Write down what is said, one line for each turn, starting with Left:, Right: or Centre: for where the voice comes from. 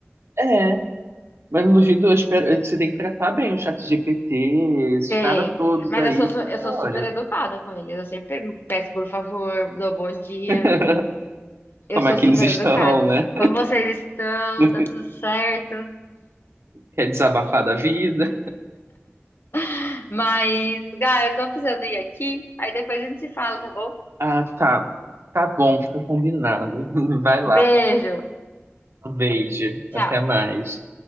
Right: É, mas não duvido, eu espero. Você tem que tratar bem o chat GPT, esses
Left: Tem.
Right: caras todos
Left: Mas
Right: aí,
Left: eu sou, su-
Right: porque,
Left: eu sou
Right: olha,
Left: super educada com eles. Eu sempre pergunto, peço por favor, dou bom dia.
Right: <laughs>
Left: Eu
Right: como
Left: sou
Right: é que
Left: super
Right: eles estão,
Left: educada.
Right: né?
Left: Como vocês estão?
Right: <laughs>
Left: Tá tudo certo?
Right: Quer desabafar da vida?
Left: <laughs> Mas, Gá, eu tô precisando ir aqui. Aí depois a gente se fala, tá bom?
Right: Ah, tá. Tá bom, fica combinado. <laughs> Vai lá.
Left: Beijo.
Right: Um beijo.
Left: Tchau.
Right: Até mais.